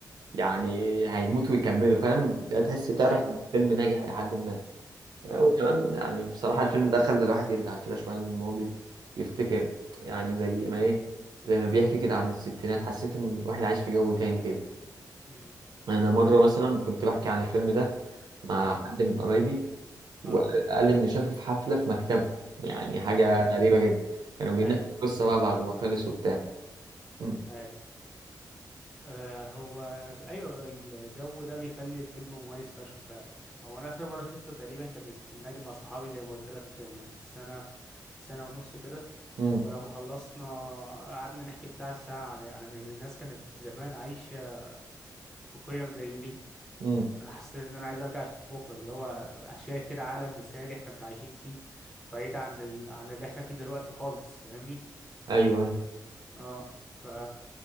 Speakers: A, on the right; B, in the centre.
A: يعني هيموت ويكمله فاهم لا تحس تعرف
B: ايوه
A: إن
B: ايوه
A: الفيلم ناجح الى حد ما وكمان
B: اه
A: يعني بصراحة الفيلم ده خلى الواحد يرجع كده شوية للماضي يفتكر يعني زي ما ايه زي ما بيحكي كده عن الستينات حسيت ان الواحد عايش في جو تاني كده
B: أمم،
A: انا مرة مثلا كنت بحكي عن الفيلم ده مع
B: اه
A: حد من قرايبي وقال
B: اه
A: إن شافه في حفلة في مكتبه يعني حاجة
B: اه
A: غريبة جدا كانوا بيناقشوا
B: ايوه
A: القصة بقى بعد ما خلص وبتاع مم.
B: ايوه آه هو ايوه جو- الجو ده بيخلي الفيلم مميز فشخ فعلا هو انا اخر مره شفته تقريبا كانت في النادي مع صحابي زي ما قلت لك من سنه سنه ونص كده
A: مم.
B: ولما خلصنا قعدنا نحكي بتاع ساعه عن عن ان الناس كانت زمان عايشه بقيم زي دي
A: مم.
B: انا حسيت ان انا عايز ارجع اشوفه بكره اللي هو شايف كده عالم مثالي احنا مش عايشين فيه بعيد عن ال... عن اللي احنا فيه دلوقتي خالص فاهمني
A: ايوه أيوة.
B: اه ف